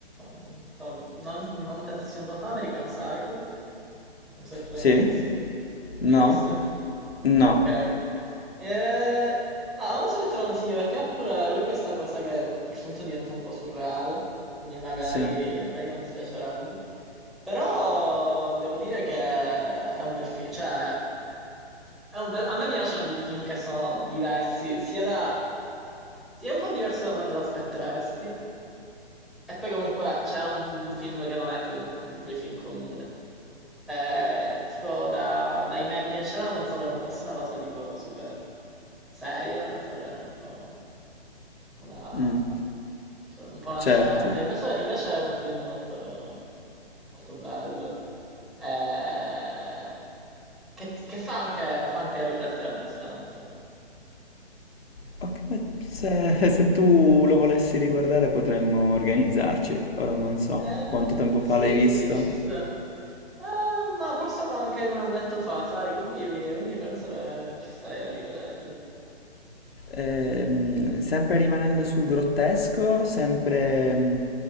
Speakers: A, in the centre; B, on the left (about 65°).
A: un po', non, non tantissimo tempo fa, American Psycho. Non so se tu l'hai
B: Sì?
A: mai visto.
B: No?
A: L'hai visto?
B: No.
A: Ok. Eh, Ah, non so se te lo consiglio perché ha pure lui questa cosa che a un certo punto diventa un po' surreale, quindi magari,
B: Sì.
A: magari non ti piacerebbe. Però devo dire che è un bel film, cioè è un bel- a me piacciono di film che sono diversi, sia da... sia un po' diverso da come te lo aspetteresti, e poi comunque c'è un, un film che non è tipo un, un tipo di film comune. Eh, tipo da- dai meme che c'erano pensavo che non fosse una cosa tipo super seria, pensavo che era un po' una,
B: Mm,
A: cioè, un po' una
B: certo.
A: scemenza, invece, invece è un film molto, molto bello, eh, che, che fa anche, fa anche riflettere abbastanza.
B: Ok, beh, se, se tu lo volessi riguardare potremmo organizzarci. Ora non so
A: Eh,
B: quanto tempo
A: sì,
B: fa l'hai visto.
A: sì, ci sta. Eh, ma forse anche un annetto fa, sai, quindi, quindi penso che ci starei a rivederlo.
B: Ehm, sempre rimanendo sul grottesco, sempre mm,